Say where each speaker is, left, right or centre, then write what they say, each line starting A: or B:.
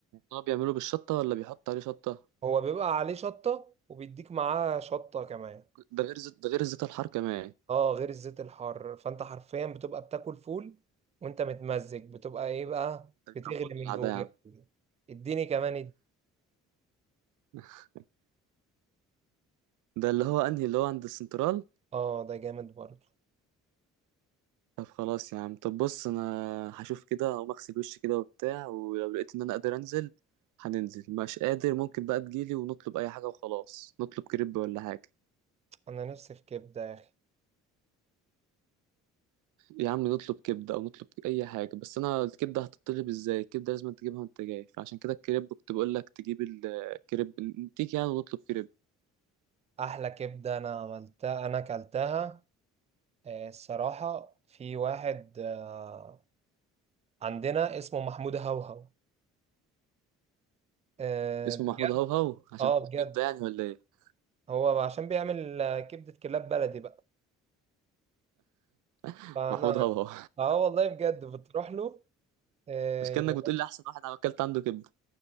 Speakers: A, on the right; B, on the right.
A: هو بيعمله بالشطه ولا بيحط عليه شطه
B: هو بيبقى عليه شطة وبيديك معاه شطة كمان
A: ده غير زيت ده غير زيت الحار كمان
B: اه غير الزيت الحار فانت حرفيا بتبقى بتاكل فول وانت متمزج بتبقى ايه بقى
A: ده بيبقى
B: بتغلي
A: مولع
B: من جواك
A: ده يا عم
B: اديني كمان اد-
A: <laughs> ده اللي هو انهي اللي هو عند السنترال
B: اه ده جامد برضو
A: طب خلاص يا عم طب بص انا هشوف كده اقوم اغسل وشي كده وبتاع ولو لقيت ان انا قادر انزل هننزل مش قادر ممكن بقى تجيلي ونطلب اي حاجه وخلاص نطلب كريب ولا حاجه
B: انا نفسي في كبدة يا اخي
A: يا عم نطلب كبده او نطلب اي حاجه بس انا الكبده هتطلب ازاي الكبده لازم تجيبها وانت جاي فعشان كده الكريب كنت بقول لك تجيب الكريب نتيجي يعني ونطلب كريب
B: احلى كبدة انا عملتها انا اكلتها آه، الصراحة في واحد آه، عندنا اسمه محمود هوهو آه،
A: اسمه محمود هوهو عشان
B: اه
A: بتاع
B: بجد
A: كبده يعني ولا ايه
B: هو عشان بيعمل آه، كبدة كلاب بلدي بقى
A: <laughs>
B: فانا
A: محمود هوهو
B: اه والله بجد بتروح له آه...
A: مش كأنك بتقول لي احسن واحد عمل اكلت عنده كبده